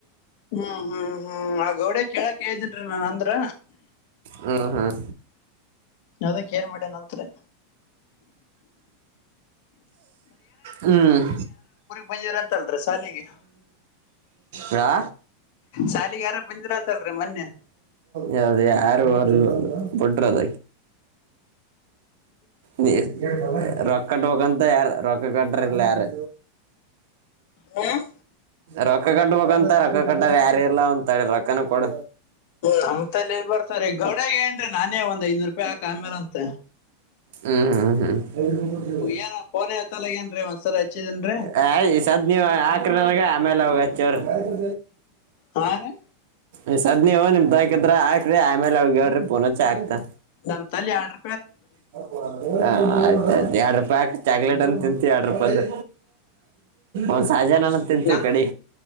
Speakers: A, on the left; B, on the right.
A: ಹ್ಮ್ ಹ್ಮ್ ಹ್ಮ್ ಆ ಗೌಡೆಗ ಕೇಳಾಕ್ ಹೇಳದನ್ರಿ ನಾ ಅಂದ್ರ
B: ಹ್ಮ್ ಹ್ಮ್
A: ಅದಕ್ಕ ಏನ್ ಮಾಡ್ಯನಂತರಿ
B: ಹ್ಮ್
A: ಬಂದಿದ್ರಂತಲ್ರಿ ಸಾಲಿಗೆ
B: ಹಾ
A: ಸಾಲಿಗೆ ಯಾರ ಬಂದಿರಂತಲ್ರಿ ಮೊನ್ನೆ
B: ಯದು ಯಾರು ಅವ ಬುಟ್ಟರದ ನೀ ರೊಕ್ಕ ಕಟ್ಟಬೇಕಂತ ಯಾರ ರೊಕ್ಕ ಕಟ್ಟ್ರ ಇಲ್ಲ ಯಾರು
A: ಹ್ಮ್
B: ರಕ ಕಟ್ಟಬಕ ಕಂತ ರೊಕ್ಕ ಕಟ್ಟ ಯ್ಯಾರಿಲ್ಲಾ ಅಂತ ರೊಕ್ಕನ ಕೊಡ
A: ನಮತ್ಲಿ ಎಲ್ಲ ಬರ್ತಾವರಿ ಗೌಡಗೆ ಹೇಳಿನ್ರಿ ನಾನೇ ಒಂದ್ ಐದನೂರು ರೂಪಾಯಿ ಹಾಕ್ ಆಮೇಲ್ಂತ
B: ಹ್ಮ್ ಹ್ಮ್ ಹ್ಮ್ ಹ್ಮ್
A: ಏನ ಫೋನ್ ಎತ್ತಲ್ಲ ಏನ್ರಿ ಒಂದ್ಸಲ ಹಚ್ಚಿದನ್ರಿ
B: ಹ ಈ ಸದ ನೀವ ಆಕ್ರಿ ನನಗ ಆಮೇಲ ಅವಗ ಹಚ್ಚಿ ಹೇಳ್ರಿ
A: ಹಾ ರೀ
B: ಈ ಸದ್ ನೀವು ನಿಮ್ಮ ತಾಕಿದ್ರ ಹಾಕರಿ ಆಮೇಲ ಅವಗ ಹೇಳಿರಿ ಫೋನಚ್ಚಿ ಹಾಕ್ತನ
A: ನಮ್ಮ ತಲ್ಲಿ ಆಡ್ರ
B: ಹ ಆಯ್ತ ಆಯ್ತ ಎರಡ್ ರೂಪಾಯಿ ಹಾಕ್ ಚಾಕ್ಲೇಟನ ತಿಂತೀವಿ ಎರಡ ರೂಪಾಯದ ಒಂದ್ ಸಹಜನನ ತಿಂತೀವಿ
A: ನನ್
B: ಕಡಿ